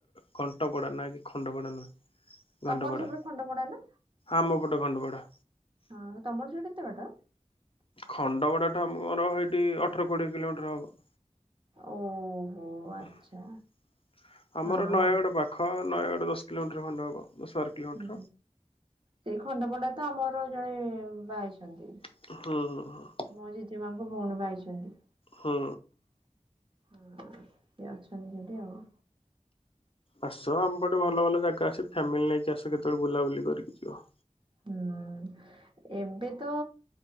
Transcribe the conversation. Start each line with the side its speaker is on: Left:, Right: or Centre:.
Left: କଣ୍ଟ ପଡ଼ା ନାହିଁ କି ଖଣ୍ଡ ପଡ଼ା ନୁହେଁ
Right: ତମର
Left: ଘଟପଡା
Right: ସେପଟେ ଖଣ୍ଡପଡା ନା?
Left: ଆମ ପଟେ ଘଟପଡା
Right: ହଁ ତମର ସେ କେତେ ବାଟ?
Left: ଖଣ୍ଡଗଡାଠା ମୋର ହେଇଠି ଅଠର କୋଡିଏ କିଲୋ ମିଟର ହବ।
Right: ଓହୋ ଆଚ୍ଛା।
Left: <inaudible> ଆମର
Right: ହଁ
Left: ନୟାଗଡ ପା ଖ ନୟାଗଡ଼ ଦଶ କିଲୋମିଟର ଖଣ୍ଡେ ହବ ଦଶ ବାର କିଲୋମିଟର।
Right: ହୁଁ ସେଇ ଖଣ୍ଡପଣ୍ଡା ତ ଆମର ଜଣେ ବାହା ହେଇଛନ୍ତି।
Left: ହଁ ହଁ ହଁ
Right: ମୋ ଜେଜେମାଙ୍କ ଭଉଣୀ ବା ହେଇଛନ୍ତି।
Left: ହୁଁ
Right: ହୁଁ ଇଏ ଅଛନ୍ତି ବୋଧେ ଆଉ।
Left: ଆସ ଆମ ପଟେ ଭଲ ଭଲ ଜାଗା ଅଛି ଫ୍ୟାମିଲି ନେଇକି ଆସ କେତେବେଳେ ବୁଲାବୁଲି କରିକି ଯିବ।
Right: ହୁଁ ଏବେ ତ